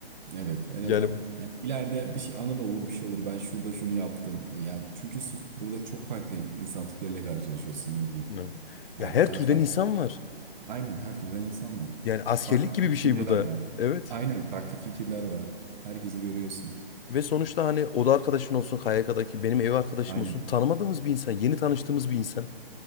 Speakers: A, on the right; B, on the left.
A: Evet en
B: Yani
A: azından hani ileride bir şey, anın olur bir şey olur. Ben şurada şunu yaptım. Ya çünkü sus- burada çok farklı insan tipleriyle karşılaşıyorsun ne bileyim.
B: Evet.
A: Her,
B: ya
A: her
B: her türden
A: farklı.
B: insan var.
A: Aynen her türden insan var.
B: Yani askerlik
A: Farklı
B: gibi bir şey
A: düşünceler
B: bu da.
A: var.
B: Evet.
A: Aynen farklı fikirler var. Herkesi görüyorsun.
B: Ve sonuçta hani oda arkadaşın olsun, KYK'daki benim ev arkadaşım
A: Aynen.
B: olsun tanımadığımız bir insan, yeni tanıştığımız bir insan.